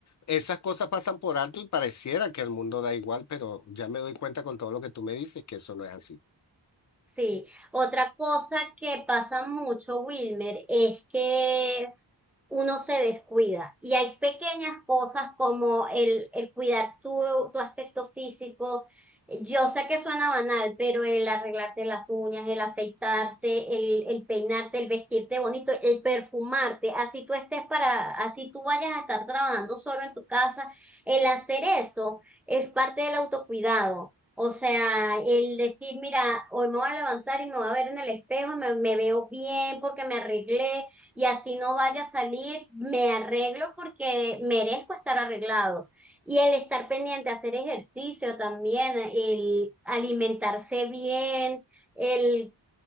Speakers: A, on the left; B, in the centre.
A: esas cosas pasan por alto y pareciera que el mundo da igual, pero ya me doy cuenta con todo lo que tú me dices que eso no es así.
B: sí. Otra cosa que pasa mucho, Wilmer, es que uno se descuida. Y hay pequeñas cosas como el, el cuidar tu, tu aspecto físico. Yo sé que suena banal, pero el arreglarte las uñas, el afeitarte, el, el peinarte, el vestirte bonito, el perfumarte, así tú estés para, así tú vayas a estar trabajando solo en tu casa, el hacer eso es parte del autocuidado. O sea, el decir, mira, hoy me voy a levantar y me voy a ver en el espejo y me, me veo bien porque me arreglé y así no vaya a salir, me arreglo porque merezco estar arreglado. Y el estar pendiente, hacer ejercicio también, el alimentarse bien, el,